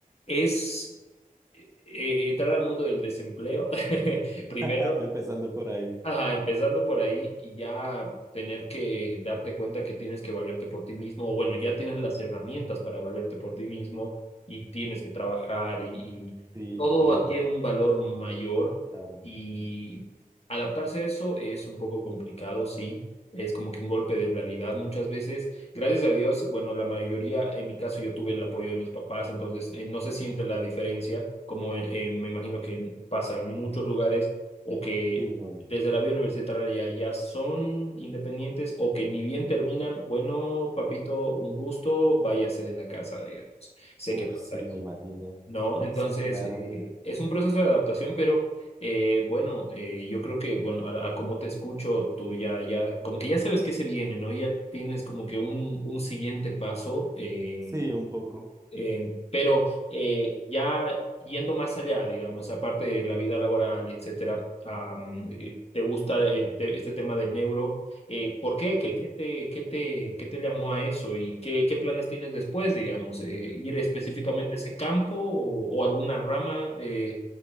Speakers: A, on the left (about 45°); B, on the right (about 20°).
A: es eh, entrar al mundo del desempleo <laughs> primero
B: <laughs> empezando por ahí,
A: Ajá, empezando por ahí y ya tener que darte cuenta que tienes que valerte por ti mismo, o bueno, ya tienes las herramientas para valerte por ti mismo y tienes que trabajar y, y
B: sí,
A: todo
B: todo
A: adquiere
B: lo,
A: un valor mayor
B: claro,
A: y adaptarse a eso es un poco complicado, sí, es como que un golpe de realidad muchas veces. Gracias a Dios, bueno, la mayoría, en mi caso, yo tuve el apoyo de mis papás, entonces eh, no se siente la diferencia, como eh, me imagino que pasa en muchos lugares o que
B: sí, no,
A: desde la vida universitaria ya son independientes o que ni bien terminan, bueno, papito, un gusto, váyase de la casa, digamos. Sé
B: uf,
A: que pasa
B: sí,
A: eso,
B: me imagino,
A: ¿no? Entonces,
B: sí, claro,
A: eh, es un proceso de adaptación, pero eh, bueno, eh, yo creo que, bueno, a, a cómo te escucho, tú ya, ya, como que ya sabes qué se viene, ¿no? Ya tienes como que un, un siguiente paso. eh,
B: sí, un poco,
A: eh, pero eh, ya yendo más allá, digamos, aparte de la vida laboral y etcétera, am, eh, ¿te gusta el te- este tema de neuro? Eh, ¿por qué? ¿Qué,
B: sí,
A: qué te, qué te, qué te llamó a eso? ¿Y qué, qué planes tienes después, digamos? Eh, ¿ir específicamente
B: ok,
A: a ese campo o, o alguna rama? Eh,